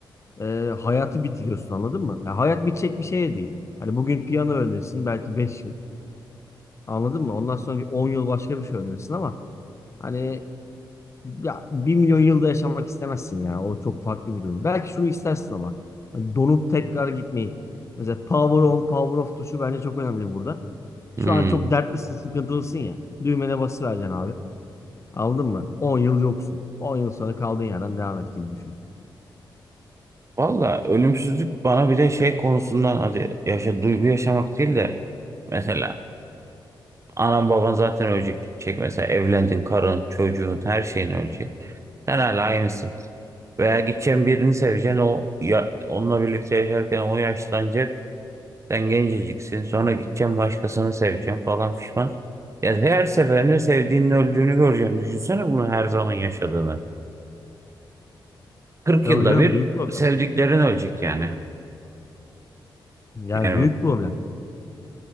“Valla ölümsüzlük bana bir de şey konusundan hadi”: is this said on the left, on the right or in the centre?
Right